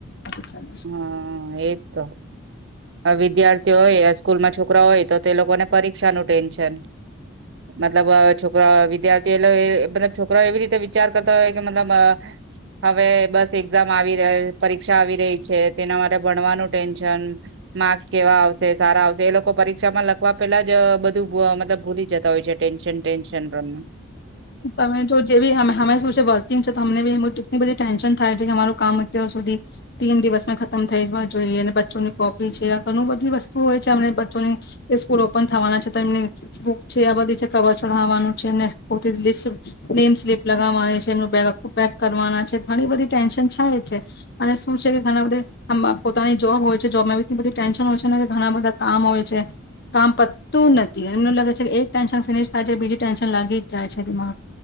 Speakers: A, on the left (about 50°); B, on the right (about 60°).
A: આ તો ચાલે છે.
B: હા એજ તો. અવિદ્યાર્થીઓ હોય સ્કૂલમાં છોકરા હોય તો તે લોકોને પરીક્ષાનું ટેન્શન. મતલબ અ છોકરા વિદ્યાર્થી લઇ મતલબ છોક કરાઓ એવી રીતે વિચાર કરતા હોય મતલબ બ હવે બસ એક ઝામ આવી રહ્યું, પરીક્ષા આવી રહી. છે તેના માટે ભણવાનું ટેન્શન માર્ક્સ કેવા આવશે? સારા આવશે? એ લોકો પરીક્ષામાં લખવા પેલા જ બધું બો મતલબ ભૂલી જતા હોય છે. ટેન્શન ટેન્શન પ્રમા
A: તમે જો જે બી હમ હમે શું છે વર્કિંગ છે તો હમને બી કેટલી બધી ટેન્શન થાય છે કે અમારું કામ અત્યાર સુધી તીન દિવસમાં ખતમ થઈ જવા જોઈએ. ને બચ્ચોની કોપી છે. આ ઘણું બધી વસ્તુ હોય છે. એમને બચ્ચોની સ્કૂલ ઓપન થવાના છે, તેમની બુક છે, આ બધી છે કવર ચઢાવવાનું છે. <unintelligible> નેમ સ્લીપ લગાવવાની છે એમનું બેગ આખું પેક કરવાના છે. ઘણી બધી ટેન્શન થાય છે. અને શું છે કે ઘણા બધા અમાં પોતાની જોબ હોય છે. જોબમા એવી રીતે બધી ટેન્શન હોય છે, ને એ ભણવા બધા કામ હોય છે. કામ પતું નથી એમને લાગે છે કે એક ટેન્શન ફિનિશ થાય છે બીજી ટેન્શન લાગી જાય છે દિમાગ